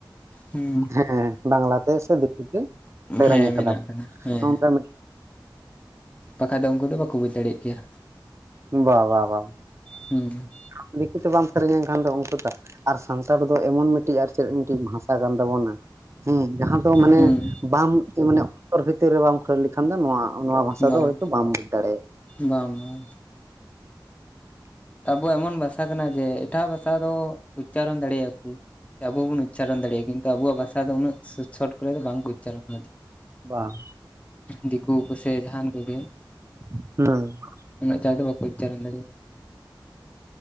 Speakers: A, on the left (about 15°); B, on the right (about 35°).
A: ᱦᱩᱸ
B: ᱦᱮᱸᱦᱮᱸ ᱵᱟᱝᱞᱟ ᱛᱮ ᱥᱮ ᱫᱤᱠᱩ ᱛᱮ ᱥᱮᱨᱮᱧ
A: ᱦᱮᱸ
B: ᱟᱠᱟᱫᱟᱯ
A: ᱢᱮᱱᱟᱜ ᱠᱟᱫᱟ ᱦᱮᱸ
B: ᱦᱚᱸ ᱚᱱᱠᱟ <unintelligible>
A: ᱵᱟᱠᱷᱟᱡ ᱫᱚ ᱩᱱᱠᱩ ᱫᱚ ᱵᱟᱠᱚ ᱵᱩᱡᱽ ᱫᱟᱲᱮᱭᱟᱜ ᱠᱮᱭᱟ᱾
B: ᱵᱟ ᱵᱟ ᱵᱟ᱾
A: ᱦᱮᱸ᱾
B: ᱟᱢ ᱫᱤᱠᱩ ᱛᱮ ᱵᱟᱢ ᱥᱮᱨᱮᱧᱟᱧ ᱠᱷᱟᱱ ᱫᱚ ᱩᱱᱠᱩ ᱫᱚ ᱟᱨ ᱥᱟᱱᱛᱟᱲ ᱫᱚ ᱮᱢᱚᱱ ᱢᱤᱫᱴᱤᱡ ᱟᱨ ᱪᱮᱫ ᱢᱤᱫᱴᱤᱡ ᱵᱷᱟᱥᱟ ᱠᱟᱱ ᱛᱟᱵᱚᱱᱟ᱾ ᱦᱮᱸ ᱡᱟᱦᱟᱸ ᱫᱚ ᱢᱟᱱᱮ
A: ᱦᱩᱸ
B: ᱵᱟᱢ ᱮ ᱢᱟᱱᱮ ᱚᱚᱱᱛᱚᱨ ᱵᱷᱤᱛᱤᱨ ᱨᱮ ᱵᱟᱢ ᱠᱷᱟᱹᱲ ᱞᱮ ᱠᱷᱟᱱ ᱫᱚ ᱱᱚᱣᱟ ᱚᱱᱟ ᱵᱷᱟᱥᱟ
A: ᱵᱟᱝ
B: ᱫᱚ ᱦᱳᱭᱛᱚ ᱵᱟᱢ ᱵᱩᱡᱽ ᱫᱟᱲᱮᱭᱟᱜᱼᱟ᱾
A: ᱵᱟᱝ ᱵᱟᱝ᱾ ᱟᱵᱚ ᱮᱢᱚᱱ ᱵᱷᱟᱥᱟ ᱠᱟᱱᱟ ᱡᱮ ᱮᱴᱟᱜ ᱵᱷᱟᱥᱟ ᱫᱚ ᱩᱪᱪᱟᱨᱚᱱ ᱫᱟᱲᱮᱭᱟᱜᱼᱟ ᱠᱚ᱾ ᱥᱮ ᱟᱵᱚ ᱦᱚᱸ ᱵᱚᱱ ᱩᱪᱪᱟᱨᱚᱱ ᱫᱟᱲᱮᱭᱟᱜᱼᱟ᱾ ᱠᱤᱱᱛᱩ ᱟᱵᱚᱣᱟᱜ ᱵᱷᱟᱥᱟ ᱫᱚ ᱩᱱᱟᱹᱜ ᱥᱪᱚᱴ ᱠᱚᱨᱮ ᱫᱚ ᱵᱟᱝ ᱠᱚ ᱩᱪᱪᱟᱨᱚᱱᱟ
B: ᱵᱟᱝ᱾
A: ᱫᱤᱠᱩ ᱠᱚ ᱥᱮ ᱡᱟᱦᱟᱸᱱ ᱠᱚᱜᱮ᱾
B: <unintelligible>
A: ᱩᱱᱟᱹᱜ ᱪᱟᱲ ᱫᱚ ᱵᱟᱠᱚ ᱩᱪᱪᱟᱨᱚᱱ ᱫᱟᱲᱮᱭᱟᱜ-ᱟ᱾